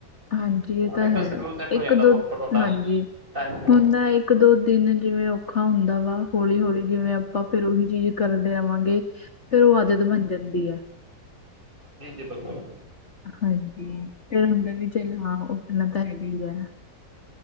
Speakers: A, on the left (about 40°); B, on the right (about 25°).
A: ਹਾਂਜੀ ਇਹ
B: ਹਨਾ
A: ਤਾਂ
B: ਇੱਕ
A: ਹੈ
B: ਸ਼ਡਿਊਲ ਸੈੱਟ
A: ਇੱਕ-ਦੋ
B: ਹੋ ਜਾਂਦਾ ਪ੍ਰੋਪਰ ਤੁਹਾਡਾ
A: ਹਾਂਜੀ
B: ਟਾਈਮ
A: ਹੁੰਦਾ ਇੱਕ ਦੋ ਦਿਨ ਜਿਵੇਂ ਔਖਾ ਹੁੰਦਾ ਵਾ ਹੌਲੀ- ਹੌਲੀ ਜਿਵੇਂ ਆਪਾਂ ਫੇਰ ਉਹੀ ਚੀਜ਼ ਕਰਦੇ <unintelligible> ਰਹਾਂਗੇ। <unintelligible> ਫੇਰ ਉਹ ਆਦਤ ਬਣ ਜਾਂਦੀ ਐ
B: ਜੀ ਜੀ ਬਿਲਕੁਲ।
A: ਹਾਂਜੀ ਫਿਰ ਹੁੰਦਾ ਵੀ ਚੱਲ ਹਾਂ ਉੱਠਣਾ ਤਾਂ ਹੈਗਾ ਹੀ ਹੈ।